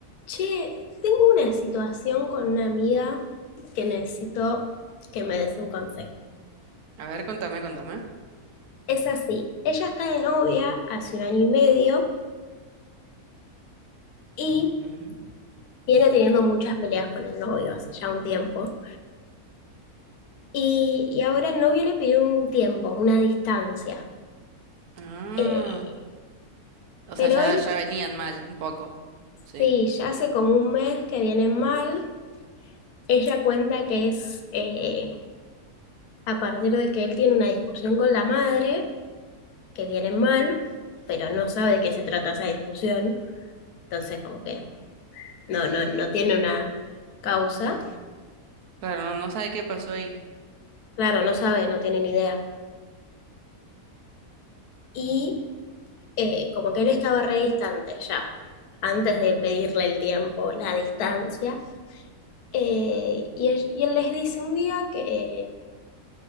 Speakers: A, on the left (about 80°); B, on the right (about 80°).
A: Che, tengo una situación con una amiga que necesito que me des un consejo.
B: A ver, contame, contame.
A: Es así, ella está de novia hace un año y medio y
B: Ujú.
A: viene teniendo muchas peleas con el novio hace ya un tiempo. Y, y ahora el novio le pidió un tiempo, una distancia.
B: Ah,
A: Eh,
B: o
A: pero
B: sea, ya,
A: él
B: ya venían mal un poco. Sí.
A: sí, ya hace como un mes que viene mal. Ella cuenta que es eh, a partir de que él tiene una discusión con la madre. que vienen mal, pero no sabe de qué se trata esa discusión, entonces como que no, no, no tiene una causa,
B: Claro, no, no sabe qué pasó ahí.
A: claro, no sabe, no tiene ni idea. Y eh, como que él estaba re distante ya, antes de pedirle el tiempo, la distancia, eh, y, él, y él les dice un día que,